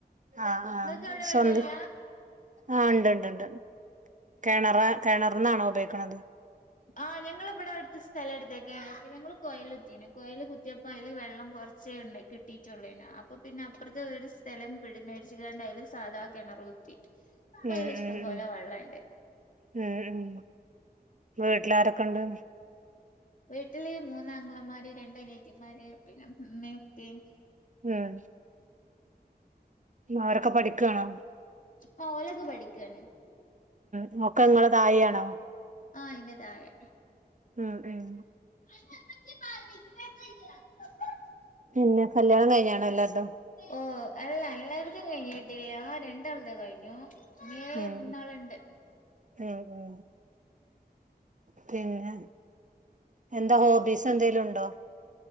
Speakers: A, on the right (about 50°); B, on the left (about 50°).
A: ആഹ് ആഹ്
B: നിങ്ങക്ക് അവിടെ
A: സ്വന്തം
B: വെള്ളല്ല?
A: ആഹ് ഉണ്ട്ണ്ട് ഉണ്ട് കിണർ കിണറിന്നാണോ ഉപയോഗിക്കണത്?
B: ആഹ് ഞങ്ങൾ ഇവിടെ അടുത്ത് സ്ഥല എടുത്തേക്കാണ് ഇപ്പ ഞങ്ങള് കോയൽ കൂത്തിന് കോയൽ കൊത്തിയപ്പം അതില് വെള്ളം കുറ ചെ ഉണ്ടെ കിട്ടിയിറ്റുള്ളേന അപ്പം പിന്നെ അപ്പുറത്തെ ഒരു സ്ഥലം പിടി മേടിച്ച കണ്ടായാലും സാധാ കിണർ കു ട്ടിറ്റ് ഇപ്പൊ
A: ഉം
B: ആയിൽ ഇഷ്ടം
A: ഉം
B: പോലെ വെള്ള ഇണ്ട്.
A: ഉം ഉം ഉം വീട്ടിലാരൊക്കെണ്ട്?
B: വീട്ടില് മൂന്ന് ആങ്ങളമാർ രണ്ട് അനിയത്തിമാര് പിന്നെ ഉമ്മേം ഇപ്പേം.
A: ഉം. അവരൊക്കെ പഠിക്കാണോ?
B: ആ ഓലൊക്കെ പഠിക്കാണ്.
A: ഉം ഒക്കെ നിങ്ങളെ തായിയാണോ?
B: ആഹ് ഇന്റെ താഴെ
A: ഉം ഉം.
B: <unintelligible>
A: പിന്നെ കല്യാണം കഴിഞ്ഞണോ എല്ലാരടും
B: ഓ അല്ല എല്ലായിടത്തും കഴിഞ്ഞിട്ടില്ല രണ്ടാളത് കഴിഞ്ഞു ഇഞ്
A: ഉം
B: മൂന്നാളുണ്ട്
A: ഉം ഉം ഉം പിന്നെ എന്താ ഹോബീസ് എന്തെലും ഉണ്ടോ